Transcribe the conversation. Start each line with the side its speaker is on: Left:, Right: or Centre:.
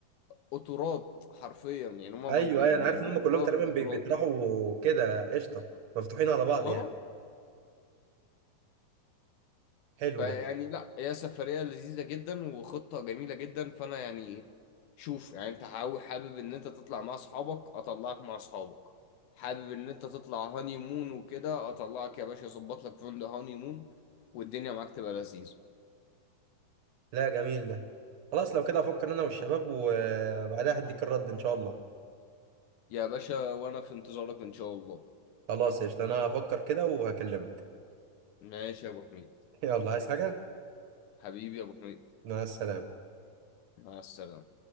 Left: قطورات حرفيا يعني هما
Right: ايوه
Left: بي- بي-
Right: ايوه
Left: بي-
Right: انا عارف
Left: بيلفوها
Right: ان هم كلهم تقريبا
Left: بالقطورات
Right: بي- بيطرحوا كده قشطه مفتوحين على بعض
Left: اه
Right: يعني حلو
Left: فيعني
Right: ده
Left: لا هي سفرية لذيذة جدا وخطة جميلة جدا فانا يعني شوف يعني انت حاو- حابب ان انت تطلع مع اصحابك اطلعك مع اصحابك حابب ان انت تطلع هاني مون وكده اطلعك يا باشا اظبط لك فندق هاني مون والدنيا معاك تبقى لذيذة
Right: لا جميل ده خلاص لو كده هفكر انا والشباب وبعدها هديك الرد ان شاء الله
Left: يا باشا وانا في انتظارك ان شاء الله
Right: خلاص قشطه انا هفكر كده وهكلمك
Left: ماشي يا ابو حميد
Right: <laughs> يلا عايز حاجه
Left: حبيبي يا ابو حميد
Right: مع السلامه
Left: مع السلامة